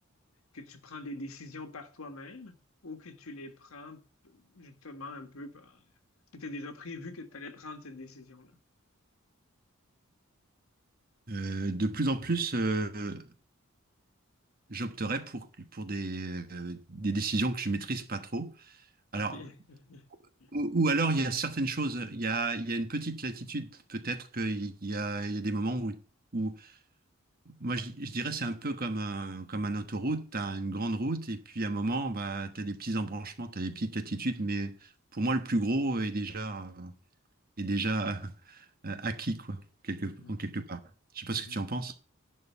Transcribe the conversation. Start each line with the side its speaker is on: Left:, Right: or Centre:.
Left: que tu prends des décisions par toi-même ou que tu les prends justement un peu par... Tu as déjà prévu que tu allais prendre cette décision-là.
Right: Euh, de plus en plus, euh, j'opterais pour, pour des, euh, des décisions que je maîtrise pas trop. Alors,
Left: OK. <laughs>
Right: ou, ou alors, il y a certaines choses, il y a, il y a une petite latitude, peut-être qu'il y a, il y a des moments où, où moi, je, je dirais, c'est un peu comme un, comme un autoroute, tu as une grande route, et puis à un moment, bah, tu as des petits embranchements, tu as des petites latitudes, mais pour moi, le plus gros est déjà, est déjà euh, acquis, quoi, quelque,
Left: Mhm,
Right: en quelque part. Je sais pas
Left: mhm.
Right: ce que tu en penses.